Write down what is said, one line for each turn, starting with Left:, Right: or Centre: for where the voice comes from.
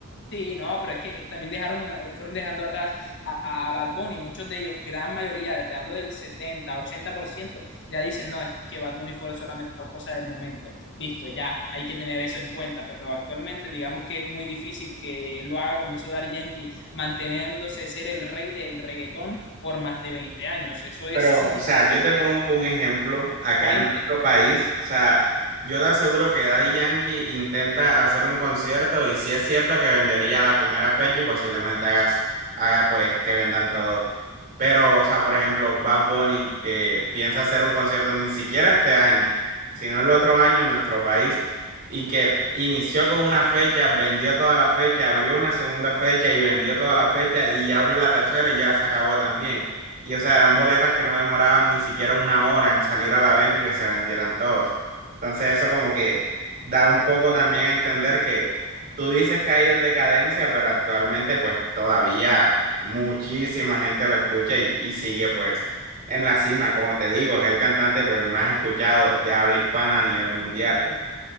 Left: Sí, no, pero es que también dejaron, fueron dejando atrás a, a Bad Bunny, muchos de ellos, gran mayoría, te hablo del 70, 80%, ya dicen, no, es que Bad Bunny fue solamente una cosa del momento. Listo, ya, hay que tener eso en cuenta, pero actualmente digamos que es muy difícil que lo haga como hizo Daddy Yankee manteniéndose ser el rey del reggaetón por más de 20 años. Eso es,
Right: Pero,
Left: sí,
Right: o sea,
Left: sí, sí
Right: yo te pongo
Left: es
Right: un ejemplo acá
Left: imponente.
Right: en nuestro país. O sea, yo te aseguro que Daddy Yankee intenta hacer un concierto y sí es cierto que vendería la primera fecha y posiblemente hagas, haga pues que vendan todo. Pero, o sea, por ejemplo, Bad Bunny que piensa hacer un concierto ni siquiera este año, sino el otro año en nuestro país y que inició con una fecha, vendió toda la fecha, abrió una segunda fecha y vendió toda la fecha y ya abrió la tercera y ya se acabó también. Y o sea, eran boletas que no demoraban ni siquiera una hora en salir a la venta y que se vendieran todos. Entonces eso como que da un poco también a entender que tú dices que ha ido en decadencia, pero actualmente pues todavía muchísima gente lo escucha y, y sigue pues en la cima. Como te digo, es el cantante pues más escuchado de habla hispana a nivel mundial.
Left: Mm.